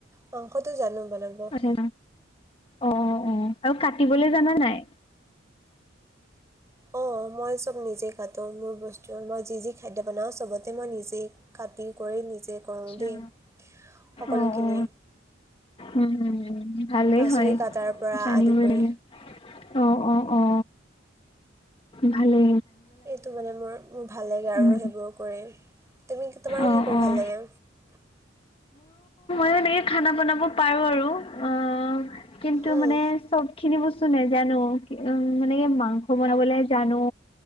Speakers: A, on the right; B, on the left.
A: মাংসটো জানো বনাবৰ
B: আচ্ছা অ অ অ আৰু কাটিবলৈ জানা নাই
A: অঁ মই চব নিজেই কাটো মোৰ বস্তু মই যি যি খাদ্য বনাওঁ চবতে মই নিজেই কাটি কৰি নিজে কৰোঁ দেই
B: া
A: সকলোখিনি
B: অ অ উ ভালে
A: পাচলি
B: হয়
A: কটাৰ পৰা
B: জানি
A: আদি
B: বলে
A: কৰি
B: অ অ অ ভালে
A: সেইটো মানে মোৰ মোৰ ভাল লাগে আৰু
B: উম
A: সেইবোৰ কৰি তুমি তোমাৰ
B: অ
A: কি কৰ
B: অ
A: ভাল লাগে
B: সেনেকে খানা বনাব পাৰো আৰু অ কিন্তু
A: উম
B: মানে চব খিনি বস্তু ছ নাই জানো উ মানে কি মাংস বনাবলে জানো